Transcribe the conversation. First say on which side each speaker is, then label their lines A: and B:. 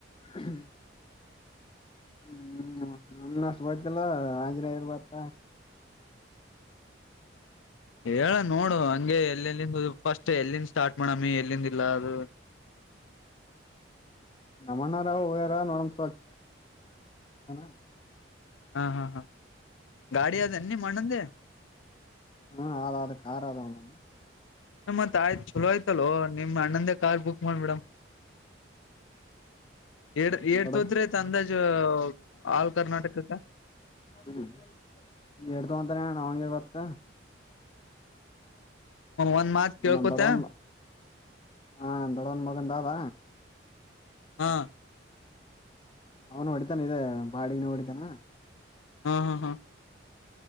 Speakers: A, on the left; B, on the left.
A: ಹ್ಮ ಹ್ಮ್ ನ <unintelligible> ತೊಂತಿಯಲ್ಲ ಆಂಗ್ರಿ ಇರ್ಬಾರ್ದು. ಹ
B: ಹೇಳಣ್. ನೋಡು ಹಂಗೆ ಎಲ್ಲೆಲ್ಲಿಂದ. ಫಸ್ಟ್ ಎಲ್ಲಿಂದ ಸ್ಟಾರ್ಟ್ ಮಾಡಮ್ಮಿ ಎಲ್ಲಿಂದ ಇಲ್ಲ ಅದು.
A: ನಮ್ಮಣ್ಣಾರ ಹೋಗ್ಯಾರ ನೋಡಮ್. <unintelligible> <unintelligible>
B: ಹಾ ಹಾ ಹಾ. ಗಾಡಿ ಅದನ್ ನಿಮ್ ಅಣ್ಣಂದೆ
A: ಹ್ಮ ಅದ ಅದ ಕಾರ್ ಅದ ಅವ್ ಹ್ಮ
B: <unintelligible> ತಾಯ್ ಚಲೋ ಐತಲೋ. ನಿಮ್ ಅಣ್ಣಂದೇ ಕಾರ್ ಬುಕ್ ಮಾಡ್ಬಿಡಮ್. ಏಟ್ ಏಟ್ತೊದ್ರಿತ್
A: ದೊಡ್ಡ
B: ಅಂದಾಜು ಆಲ್ ಕರ್ನಾಟಕಕ್ಕ.
A: ಹ್ಮ್ ಎಡ್ದು ಅಂತಾನ ಅವಂಗೆ ಗೊತ್ತ
B: ಒಂದ್ ಮಾತ್ ಕೇಳ್ಕೋತ
A: ನಮ್ಮ ದೊಡವನ್ ಹ ನಮ್ಮ ದೊಡವನ್ ಮಗನ್ದ ಅದ.
B: ಹಾ
A: ಅವನು ಹೊಡಿತಾನ ಇದೆ ಬಾಡಿಗೆನೆ ಹೊಡಿತಾನ.
B: ಹ್ಮ್ ಹ್ಮ ಹಾ.